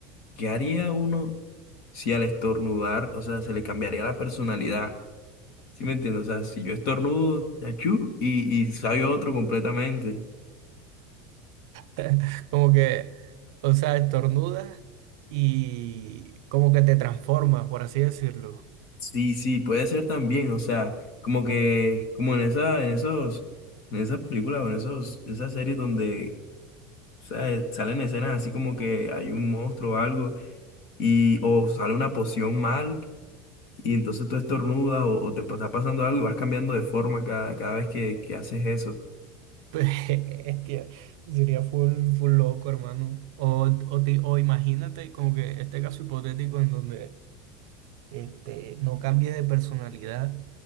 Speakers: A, on the left; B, on the right.
A: ¿qué haría uno si al estornudar, o sea, se le cambiaría la personalidad? ¿Sí me entiendes? O sea, si yo estornudo, achú, y, y sabe otro completamente.
B: <laughs> Como que, o sea, estornudas y como que te transformas, por así decirlo.
A: Sí, sí, puede ser también, o sea, como que, como en esa, en esos, en esas películas o en esos, esas series donde, o sea, salen escenas así como que hay un monstruo o algo y o sale una poción mal y entonces tú estornudas o, o te está pasando algo y vas cambiando de forma cada, cada vez que, que haces eso.
B: <laughs> Hostia, sería full, full loco, hermano. O, o, ti- o imagínate como que este caso hipotético en donde este, no cambie de personalidad,